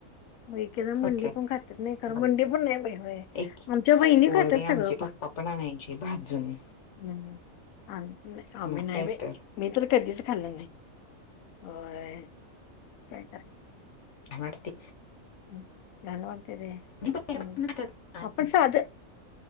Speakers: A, on the left; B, on the left.
A: मग एकदा मंडी
B: ओके
A: पण खातात नाही कारण
B: बाई
A: मंडी पण नाही बाई होय
B: एक
A: आमच्या बहिणी
B: होय
A: खातात
B: बाई
A: सगळं
B: आमचे पप्पा
A: पा
B: पण आणायची भाजून
A: हम् आम आम्ही
B: मग
A: नाही
B: काय
A: बा
B: तर
A: मी तर कधीच खाल्लं नाही. होय काय करे
B: ह ते
A: ् झाला वाणतेर हम्
B: जी पहिल्यापासून खातात
A: अपण स अ